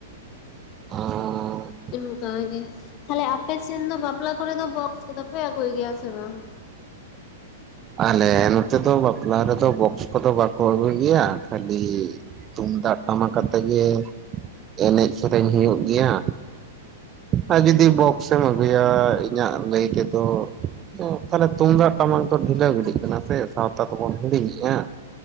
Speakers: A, on the right; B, on the left.
A: ᱚᱸᱻ
B: ᱚᱱᱠᱟ ᱜᱮ ᱛᱟᱦᱚᱞᱮ ᱟᱯᱮ ᱥᱮᱱ ᱫᱚ ᱵᱟᱯᱞᱟ ᱠᱚᱨᱮᱫ ᱫᱚ ᱵᱚᱠᱥ ᱠᱚᱫᱚᱯᱮ ᱟᱹᱜᱩᱭ ᱜᱮᱭᱟ ᱥᱮ ᱵᱟᱝ?
A: ᱟᱞᱮ ᱱᱚᱛᱮ ᱫᱚ ᱵᱟᱯᱞᱟ ᱨᱮᱫᱚ ᱵᱚᱠᱥ ᱠᱚᱫᱚ ᱵᱟᱠᱚ ᱟᱹᱜᱩᱭ ᱜᱮᱭᱟ ᱠᱷᱟᱹᱞᱤᱻ ᱛᱩᱢᱫᱟᱜ ᱴᱟᱢᱟᱠ ᱟᱛᱮ ᱜᱮ ᱮᱱᱮᱡ ᱥᱮᱨᱮᱧ ᱦᱩᱭᱩᱜ ᱜᱮᱭᱟ ᱟᱨ ᱡᱩᱚᱫᱤ ᱵᱚᱠᱥ ᱮᱢ ᱟᱹᱜᱩᱭᱟ ᱤᱧᱟᱹᱜ ᱞᱟᱹᱭ ᱛᱮᱫᱚ ᱛᱚ ᱛᱟᱞᱦᱮ ᱛᱩᱢᱫᱟᱜ ᱴᱟᱢᱟᱠ ᱫᱚ ᱰᱷᱤᱞᱟᱹᱣ ᱜᱤᱰᱤᱜ ᱠᱟᱱᱟ ᱥᱮ ᱥᱟᱶᱛᱟ ᱛᱮᱵᱚᱱ ᱦᱤᱲᱤᱧᱮᱜ-ᱟ᱾